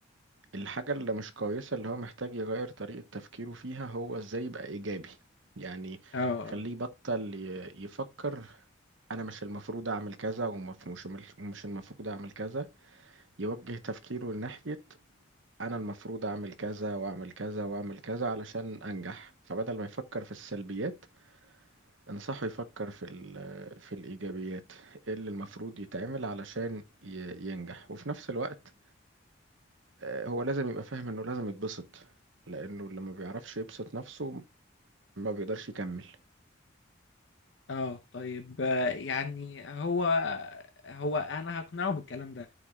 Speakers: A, on the right; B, on the left.
A: الحاجة اللي مش كويسة اللي هو محتاج يغير طريقة تفكيره فيها هو ازاي يبقى ايجابي يعني
B: اه اه
A: خليه يبطل ي- يفكر انا مش المفروض اعمل كذا ومش مش المفروض اعمل كذا يوجه تفكيره ناحية انا المفروض اعمل كذا واعمل كذا واعمل كذا علشان انجح فبدل ما يفكر في السلبيات انصحه يفكر في ال- في الايجابيات إيه اللي المفروض يتعمل علشان ي- ينجح وفي نفس الوقت آه، هو لازم يبقى فاهم انه لازم يتبسط لانه اللي ما بيعرفش يبسط نفسه ما بيقدرش يكمل
B: اه طيب آه، يعني هو هو انا هقنعه بالكلام ده